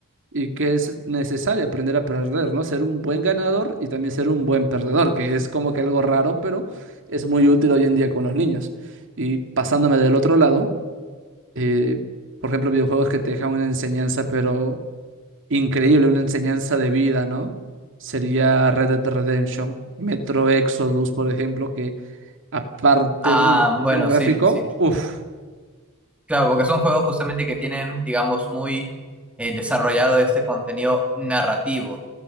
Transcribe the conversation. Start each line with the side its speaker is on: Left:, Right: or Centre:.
Right: y que es necesario aprender a perder, ¿no? Ser un buen ganador y también ser un buen perdedor, que es como que algo raro, pero es muy útil hoy en día con los niños. Y pasándome del otro lado eh, por ejemplo, videojuegos que te dejan una enseñanza, pero increíble, una enseñanza de vida, ¿no? Sería Red Dead Redemption, Metro Exodus, por ejemplo, que aparte,
Centre: Ah,
Right: ¿no? del diseño
Centre: bueno,
Right: gráfico,
Centre: sí, sí, sí.
Right: uff.
Centre: Claro, porque son juegos justamente que tienen, digamos, muy eh, desarrollado este contenido narrativo.